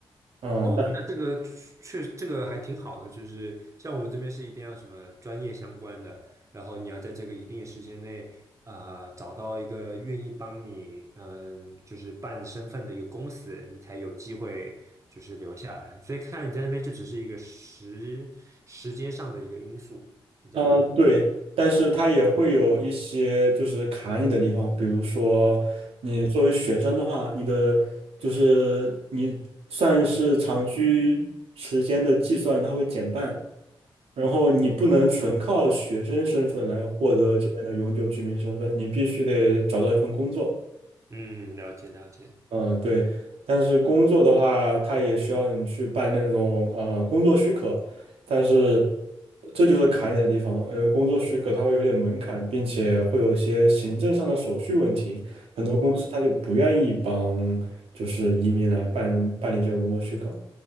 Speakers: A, on the right; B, on the right.
A: 嗯、
B: 哦，那这个确这个还挺好的，就是像我们这边是一定要什么专业相关的，然后你要在这个一定的时间内，呃，找到一个愿意帮你，嗯、就是办身份的一个公司，你才有机会就是留下来。所以看来你在那边就只是一个时时间上的一个因素，是这样的吗？
A: 嗯呃，对，但是它也会有一些就是卡你的地方，比如说你作为学生的话，你的就是你算是长居时间的计算，它会减半，然后你不能纯靠学生身份来获得这边的永久居民身份，你必须得找到一份工作。
B: 嗯，了解了解，
A: 嗯，对，但是工作的话，它也需要你去办那种呃工作许可，但是这就是卡你的地方了，因为工作许可它会有点门槛，并且会有些行政上的手续问题，很多公司他就不愿意帮
B: 嗯
A: 就是移民来办办理这个工作许可。